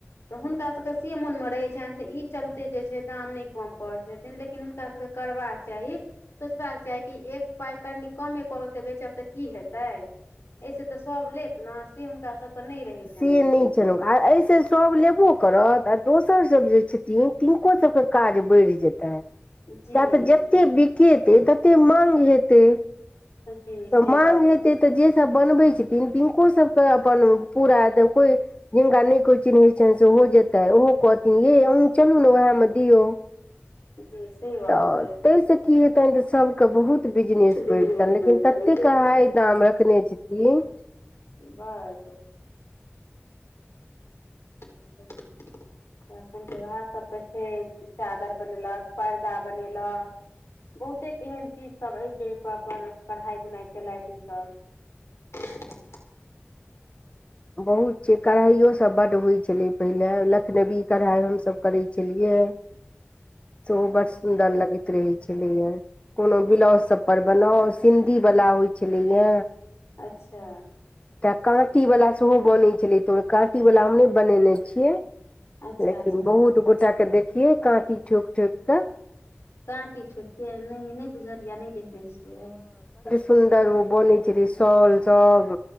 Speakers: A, on the left (about 75°); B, on the left (about 25°).
A: तऽ हुनकासबके से मोनमे रहैत छनि तऽ ई चलते जे छैय दाम नहि कम करैत छथिन लेकिन हुनकासबके करबाक चाही सोचबाक चाही कि एक पाइ कनि कमे क के बेचब तऽ की हेतै। एहिसँ तऽ सभ लेत ने से हुनका सभके नहि रहै छनि
B: से
A: मोनमे।
B: नहि छनि आ एहिसँ सभ लेबो करत आ दोसर सब जे छथिन तिनको सबके काज बढ़ि जेतनि
A: जी
B: किया तऽ जते बिकेतै तते माग हेतै।
A: जी सही
B: तऽ मांग
A: गप
B: हेतै
A: छै
B: तऽ जेसभ बनबै छथिन तिनको सभके अपन पूरा एत कोई जिनका नहि कोई चिन्है छनि सेहो जेतय ओहो कहथिन येय अहू चलु ने उएह में दीयौ
A: जी सही गप
B: तऽ
A: छै
B: तइ से कि हेतइन जे सब के बहुत बिजनेस
A: बिजनेस
B: बढ़ितैन लेकिन
A: करितै
B: ततेक
A: लेकिन
B: हाइ दाम रखने छथिन
A: बस ह <unintelligible> अखन तऽ उएहसभ कहै छै चादर बनेलक पर्दा बनेलक बहुतेक एहन चीजसभ अछि जाहिपर अपन कढ़ाइ बुनाइ कयलथि उसभ <unintelligible>
B: बहुत छैय कढ़ाइयो सब बड होइ छलै। पहिले लखनवी कढ़ाइ हमसभ करै छेलियै। सेहो
A: अच्छा
B: बड़ सुंन्दर लगैत रहै छलैया। कोनो ब्लाउजसभर बनाउ सिन्धीवला होइत छलैए
A: अच्छा
B: काँटी वला सेहो बनै छलै तऽ काँटी वला हम नहि बनेने छियै।
A: अच्छा
B: लेकिन
A: अच्छा
B: बहुत गोटाके देखियै काँटी ठोकी ठोक कऽ
A: काँटी ठोकि के नहि नहि बुझलयए आ नहि देखने छियै।
B: सुन्दर ओ बनै छेलय शॉल सब